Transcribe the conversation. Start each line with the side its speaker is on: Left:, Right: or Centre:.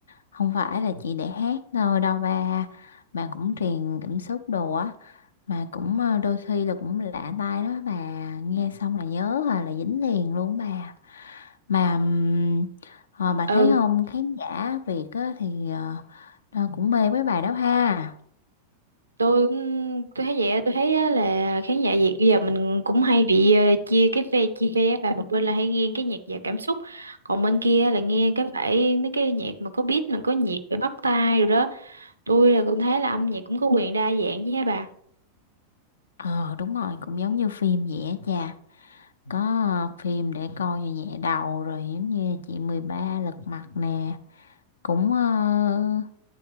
Left: không phải là chỉ để hát thôi đâu ba mà cũng truyền cảm xúc đồ á mà cũng ờ, đôi khi là cũng lạ tai đó bà nghe xong là nhớ rồi là dính liền luôn bà mà ừm, ờ, bà
Right: Ừ
Left: thấy không khán giả Việt á, thì ờ, nó cũng mê mấy bài đó ha
Right: tôi cũng tôi thấy vậy á, tôi thấy á là khán giả Việt bây giờ mình cũng hay bị ờ, chia cái phe chia phe và một bên là hay nghe cái nhạc giàu cảm xúc còn bên kia là nghe cái phải mấy cái nhạc mà có beat mà có nhịp để bắt tai rồi đó tôi là cũng thấy là âm nhạc cũng có quyền đa dạng chứ hả bà
Left: ờ đúng rồi cũng giống như phim vậy á cha có ờ, phim để coi cho nhẹ đầu rồi giống như chị mười ba lật mặt nè cũng ờ,